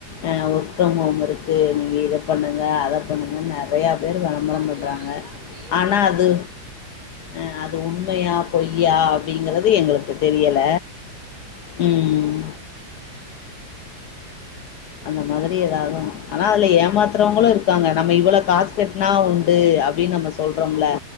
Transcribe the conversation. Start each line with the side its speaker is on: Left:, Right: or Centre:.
Left: அ ஒர்க் ஃப்ரம் ஹோம் இருக்கு நீங்க இத பண்ணுங்க அத பண்ணுங்கன் நெறைய பேரு வெளம்பர
Right: அதெல்லா
Left: பன்றாங்க
Right: அதெல்லா ஃபேக்கா
Left: ஆனா
Right: இருக்கு
Left: அது அ அது உண்மையா பொய்யா ங்குறது எங்களுக்கு
Right: ம்
Left: தெரியல
Right: ம்
Left: ம் ம் அந்த மாதிரி எதாவ்து ஆனா அதுல ஏமாத்துறவங்களு இருக்காங்க நம்ம இவ்வள காசு கட்னா உண்டு அப்டின்னு நம்ம சொல்றோம்ல